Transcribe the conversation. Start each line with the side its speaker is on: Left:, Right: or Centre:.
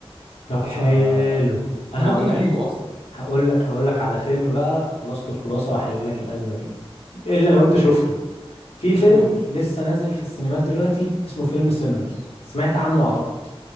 Left: طب
Right: فانا
Left: حلو أنا
Right: ممكن
Left: هقول
Right: اعيده اصلا
Left: هقول لك هقول لك على فيلم بقى خلاصة الخلاصة وأحل لك الأزمة دي إلا لو أنت شفته في فيلم
Right: قول
Left: لسه نازل في السينمات دلوقتي اسمه فيلم سينرز سمعت عنه أعتقد